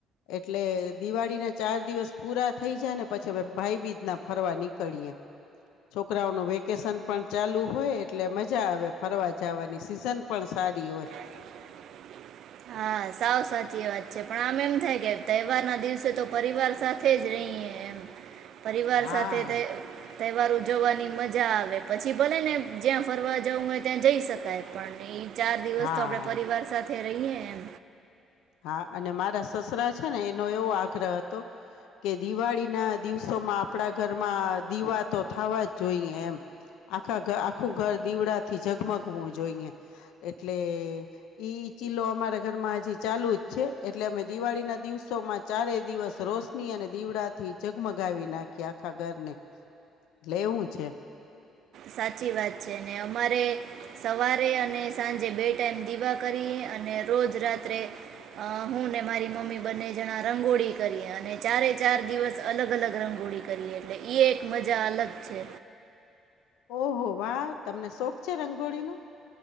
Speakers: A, on the left (about 80°); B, on the right (about 70°).
A: એટલે દિવાળી ના ચાર દિવસ પૂરા થઈ જાય ને પછી ભાઈ બીજ ના ફરવા નીકળએે છોકરાઓનું વેકેશન પણ ચાલુ હોય એટલે મજા આવે ફરવા જવાની સિઝન પણ સારી હોય
B: હા હા સાવ સાચી એ વાત છે પણ આમ એમ થાય કે તહેવાર ના દિવસે તો પરિવાર સાથે જ રહીએ પરિવાર
A: હા
B: સાથે તે તહેવારો જવાની મજા આવે પછી ભલે ને જ્યાં ફરવા જવું હોય ત્યાં જઈ શકાય પણને એ ચાર દિવસ
A: હા.
B: તો આપે પરિવાર સાથે રહીએ એમ
A: હા અને મારા સસરા છે ને એનો એવો આગ્રહ હતો કે દિવાળી ના દિવસે આપણા ઘરમાં દીવા તો થવા જ જોઈએ એમ આખા ઘ આખું ઘર દીવડા થી જઝગમગવું જોઈએ એટલે ઈ ચીલો અમારા ઘરમાં ચાલુ જ છે એટલે અમે દિવાળી ના દિવસો માં ચારે દિવસ રોશની અને દીવડા થી જગમગ ગાવી નાખી આખા ઘરને લેવું છે
B: સાચી વાત છે ને અમારે સવારે અને સાંજે બે ટાઈમ દીવા કરી અને રોજ રાત્રે અ હું ને મારી મમ્મી બંને જણા રંગોળી કરી અને ચારે ચાર દિવસ અલગ અલગ રંગો ળી કરીએ એટલે એ એક મજા અલગ છે
A: ઓહો વાહ તમને શોખ છે રંગોળીનો